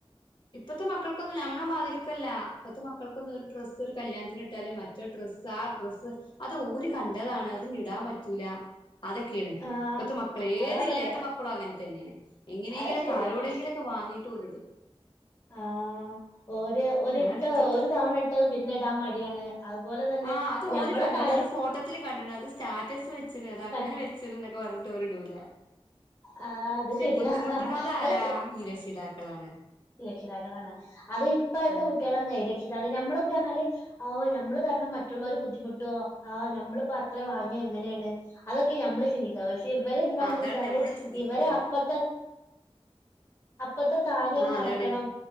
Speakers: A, on the left; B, on the left.
A: ഇപ്പത്തെ മക്കൾക്കൊന്നും നമ്മളെ മാതിരിക്കല്ല. ഇപ്പത്തെ മക്കൾക്കൊന്നും ഒരു ഡ്രസ്സ് ഒരു കല്യാണത്തിന് ഇട്ടാല്, മറ്റൊരു ഡ്ര ആ ഡ്രസ്സ്, അത് ഓര് കണ്ടതാണ് അത് ഞ്ഞ് ഇടാൻ പറ്റൂല അതൊക്കേണ്
B: ആഹ്
A: ഇപ്പത്തെ മക്കള് ഏത്
B: അതാ
A: ഇല്ലാത്ത
B: പറയാ
A: മക്കളു അങ്ങൻതന്നേണ്. എങ്ങനെയെങ്കിലൊക്കെ
B: അത് ശരിയാണ്
A: ആരോടെങ്കിലൊക്കെ വാങ്ങീട്ട് ഓല്ടും.
B: ആഹ് ഒര് ഒരിട്ട
A: അതാണ് ഇപ്പത്തെ
B: ഒര് തവണ ഇട്ടാ അത്പിന്നെ ഇടാൻ മടിയാണ്. അതുപോലെ തന്നെ
A: ആഹ് അത്
B: ഞമ്മളൊക്കെ
A: ഓര് കണ്ടിണ്
B: അലക്കി
A: അത് ഫോട്ടത്തില് കണ്ട്ണ്, അത് സ്റ്റാറ്റസ് വെച്ച്ണ്, അത് അങ്ങനെ
B: കൺ
A: വെച്ച്ണ്ന്നൊക്കെ പറഞ്ഞ്ട്ട് ഓല്ടൂല.
B: ആഹ് അത്
A: പക്ഷെ
B: ശരിയാ
A: ബുദ്ധിമുട്ട്ണത്
B: ഇങ്ങള്
A: ആരാ ഈ രക്ഷിതാക്കളാണ്.
B: രക്ഷിതാക്കളാണ്. അത് ഇപ്പഴത്തെ
A: ഉം
B: കുട്ടികളന്നെ രക്ഷിതാക്ക നമ്മള് <unintelligible> അഅ് നമ്മള് കാരണം മറ്റുള്ളവര് ബുദ്ധിമുട്ടോ, ആഹ് നമ്മളിപ്പോ അത്ര വാങ്ങിയാ എങ്ങനേണ് അതൊക്കെ ഞമ്മള് ചിന്തിക്ക. പക്ഷെ ഇവര് എന്താന്ന്
A: ആഹ് അതാണ്
B: വെച്ചാല്,
A: ഞമ്മള് ചിന്തിക്കുന്നെ
B: ഇവരെ അപ്പത്തെ ത്തെ കാര്യണ്
A: ആഹ്
B: നടക്കണം.
A: അതാണ്